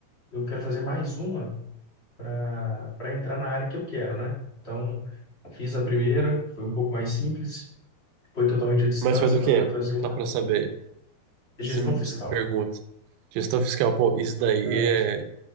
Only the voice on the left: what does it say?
eu quero fazer mais uma para para entrar na área que eu quero, né? Então, fiz a primeira, foi um pouco mais simples, foi totalmente à distância,
agora
eu quero fazer uma
de gestão
fiscal.
É,